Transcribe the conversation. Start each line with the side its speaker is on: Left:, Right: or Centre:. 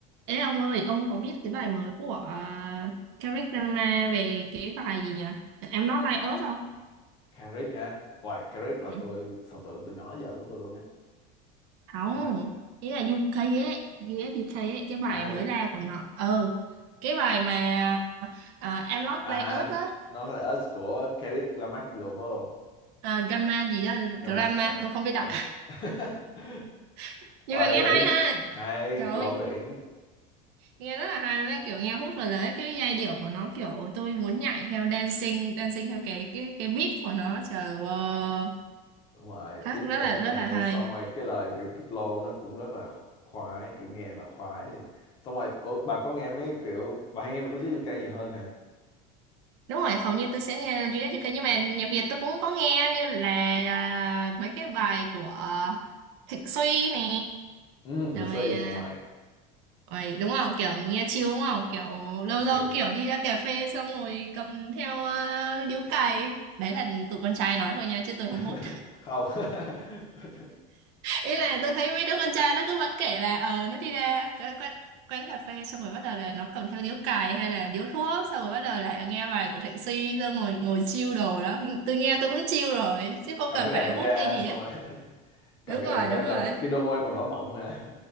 Right: Ê ông ơi, ông có biết cái bài mới của uh, Kendrick Lamar về cái bài gì nhỉ? Em Not Like Us không?
Left: Carrick á Hoài Carrick là
Right: Ừ.
Left: tôi thần tượng từ nhỏ đến giờ của tôi luôn á
Right: Không,
Left: Cái bài
Right: ý là U UK ấy, U ét U UK ấy, cái bài
Left: ai
Right: mới ra của nó. Ừ, cái bài mà uh, Em Not
Left: à
Right: Like Us á,
Left: nó là Us của Carrick Lamarck đồ phải không
Right: à, drama gì đó,
Left: Lamarck
Right: drama,
Left: uh,
Right: tôi không biết đọc.
Left: Lamarck <laughs>
Right: <laughs> Nhưng
Left: Hoài
Right: mà nghe
Left: đỉnh
Right: hay ha,
Left: hay
Right: trời ơi,
Left: flow đỉnh
Right: nghe rất là hay luôn đấy, kiểu nghe hút vào đấy cái giai điệu của nó kiểu tôi muốn nhảy theo dancing, dancing theo cái cái cái beat của nó, trời ơi,
Left: ngoài
Right: hát
Left: beat
Right: rất
Left: đỉnh
Right: là rất
Left: này
Right: là hay.
Left: xong rồi cái lời kiểu cái flow nó cũng rất là kho- khoái kiểu nghe là khoái liền xong rồi ủa, bà có nghe mấy kiểu bà hay nghe Việt UK nhiều hơn hả
Right: đúng rồi hầu như tôi sẽ nghe duy nhất ca nhưng mà nhạc Việt tôi cũng có nghe như là à, mấy cái bài của à, Thịnh Suy nè
Left: ừ Huỳnh
Right: rồi
Left: Suy
Right: à,
Left: ngoài
Right: rồi đúng không kiểu nghe chill đúng không kiểu lâu
Left: Huỳnh Suy
Right: lâu kiểu đi ra cà phê xong rồi cầm theo à, điếu cày đấy là tụi con trai nói thôi nha chứ tôi không
Left: <laughs>
Right: hút
Left: không <laughs>
Right: ý
Left: <laughs>
Right: là tôi thấy mấy đứa con trai nó cứ vẫn kể là ờ nó đi ra cái quán, quán cà phê xong rồi bắt đầu là nó cầm theo điếu cày hay là điếu thuốc xong rồi bắt đầu là nghe bài của Thịnh Suy xong rồi ngồi chill đồ đó tôi nghe tôi cũng chill rồi chứ không
Left: cầm
Right: cần
Left: cái đàn
Right: phải hút
Left: ra
Right: hay gì
Left: xong
Right: hết
Left: rồi <laughs> cầm
Right: đúng
Left: cái
Right: rồi
Left: đàn ra
Right: đúng rồi
Left: rồi khi đôi môi còn đỏ mọng hả